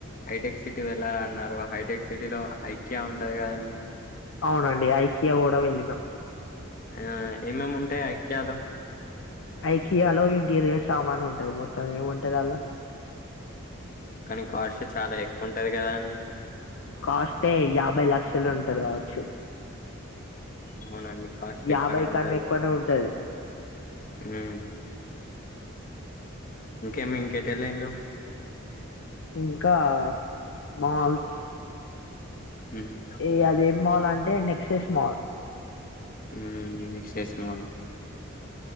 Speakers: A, on the left; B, on the left.
A: హైటెక్ సిటీ వెళ్ళానాన్నారు హైటెక్ సిటిలో ఐక్య ఉంటది కదండి
B: అవునండి ఐకియా కూడా వెళ్ళినాం
A: ఆ ఏమేమి ఉంటాయి ఐక్యాలో
B: ఐకియాలో ఇంటీరియర్ సామాన్ ఉంటది మొత్తం ఏముంటది అల్లా
A: కానీ కాస్ట్ చాలా ఎక్కువ ఉంటది కదా అండి
B: కాస్టే యాభై లక్షలు ఉంటది కావచ్చు
A: అవునండి కాస్ట్
B: యాభై
A: ఎక్కువనే ఉంటది
B: కన్నా ఎక్కువనే ఉంటుంది
A: ఊ ఇంకేమి ఇంకేటెలిల్లు
B: ఇంకా మాల్స్
A: హ్మ్.
B: ఏ అదేం మాల్ అంటే నెక్సేస్ మాల్
A: ఊ నెక్సెస్ మాల్